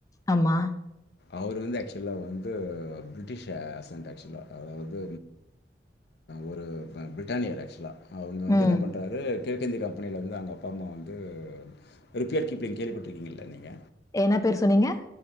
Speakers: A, on the left; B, on the left.
A: ஆமா
B: அவுரு வந்து ஆக்சுவலா வந்து பிரிட்டிஷ் அசன்ட் ஆக்சுவலா அதாவது ஒரு பிரிட்டானியர் ஆக்சுவலா அவங்க வந்து
A: ம்.
B: இன்னா பண்றாரு கிழக்கிந்திய கம்பெனிலேர்ந்து அவங்க அப்பா அம்மா வந்து ரிப்ளெட் கீப்பிங் கேள்விப்பட்ருக்கீங்கல்ல நீங்க
A: என்னா பேர் சொன்னீங்க